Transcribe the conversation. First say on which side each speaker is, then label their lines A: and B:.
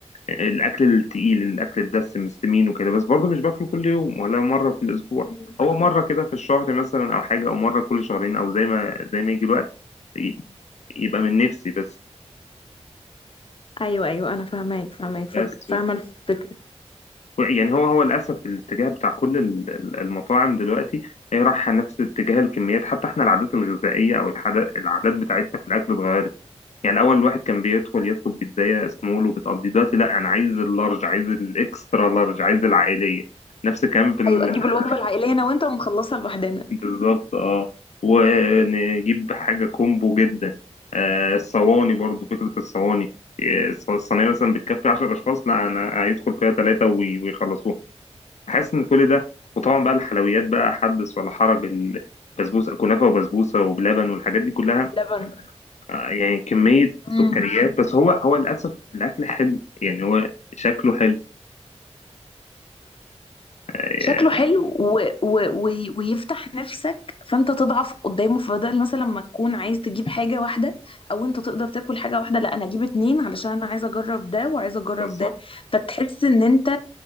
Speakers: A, on the left; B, on the left.
A: آه، الاكل التقيل الاكل الدسم السمين وكده بس برضو مش باكله كل يوم ولا مره في الاسبوع
B: مم.
A: هو مره كده في الشهر مثلا او حاجه او مره كل شهرين او زي ما زي ما يجي الوقت ي- يبقى من نفسي بس
B: ايوه ايوه انا فاهماك فاهماك فاك-
A: بس
B: فاهمه الفكره
A: يعني هو هو للأسف الاتجاه بتاع كل ال- ال- المطاعم دلوقتي هي رايحة نفس اتجاه الكميات حتى احنا العادات الغذائية أو الحدا- العادات بتاعتنا في الأكل اتغيرت يعني الأول الواحد كان بيدخل يطلب بيتزاية سمول وبتقضي دلوقتي لا أنا عايز اللارج عايز الإكسترا لارج عايز العائلية نفس الكلام في ال-
B: ايوه اجيب
A: <laughs>
B: الوجبه العائليه انا وانت ونخلصها لوحدنا
A: بالظبط اه ونجيب حاجة كومبو جدا آه الصواني برضو فكرة الصواني آه، الص- الصينية مثلا بتكفي 10 أشخاص لا أنا هيدخل فيها ثلاثة ويخلصوها حاسس ان كل ده وطبعا بقى الحلويات بقى حدث ولا حرج البسبوسه كنافه وبسبوسه وبلبن والحاجات دي كلها
B: لبن
A: آه، يعني كميه
B: مم.
A: سكريات بس هو هو للاسف الاكل حلو يعني هو شكله حلو آه،
B: شكله حلو و... و... و... ويفتح نفسك فانت تضعف قدامه فبدل مثلا ما تكون عايز تجيب حاجه واحده او انت تقدر تاكل حاجه واحده لا انا اجيب اتنين علشان انا عايزه اجرب ده وعايزه اجرب
A: بالظبط
B: ده فتحس ان انت